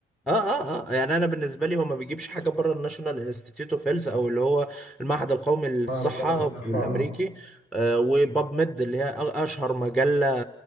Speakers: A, in the centre; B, on the left (about 45°).
A: اه اه آه. يعني انا بالنسبه لي هو ما بيجيبش حاجه بره الناشونال انستيتيوت اوف هيلث او اللي هو المعهد القومي للصحه
B: معهد قومي الصحه
A: في الامريكي
B: آه. آه.
A: آه وباب ميد اللي هي أ- اشهر مجله